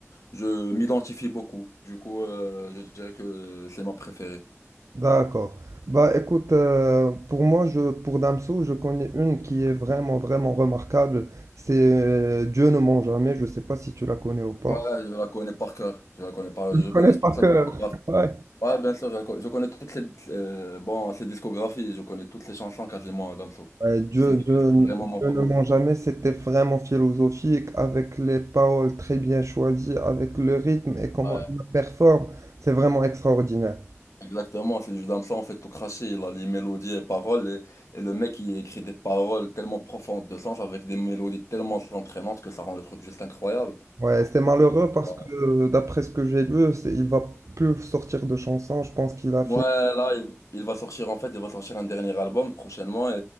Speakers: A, on the left; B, on the right.
A: je m'identifie beaucoup. Du coup, euh, je dirais que c'est ma préférée.
B: D'accord. Bah écoute, euh, pour moi, je, pour Damso, je connais une qui est vraiment, vraiment remarquable. C'est euh, Dieu ne ment jamais. Je sais pas si tu la connais ou pas.
A: Ouais, je la connais par cœur. Je la connais pas. Je connais
B: connaître
A: toute
B: par
A: sa
B: cœur.
A: discographie.
B: Ouais.
A: Ouais, bien sûr, je, la co- je connais toutes les, euh, bon, ses discographies, je connais toutes les chansons quasiment à Damso.
B: Ouais, Dieu,
A: Je t'ai dit que
B: Dieu,
A: c'est
B: n-
A: vraiment mon
B: Dieu
A: favori.
B: ne ment jamais, c'était vraiment philosophique, avec les paroles très bien choisies, avec le rythme et comment
A: Ouais,
B: il la performe, c'est vraiment extraordinaire.
A: exactement, c'est du Damso en fait tout craché, il a les mélodies et paroles, et, et le mec il écrit des paroles tellement profondes de sens avec des mélodies tellement entraînantes que ça rend le truc juste incroyable.
B: Ouais, c'est malheureux parce
A: Bah,
B: que d'après ce que j'ai lu, c'est- il va plus sortir de chansons, je pense qu'il a
A: Ouais,
B: fini
A: là, il, il va sortir en fait, il va sortir un dernier album prochainement et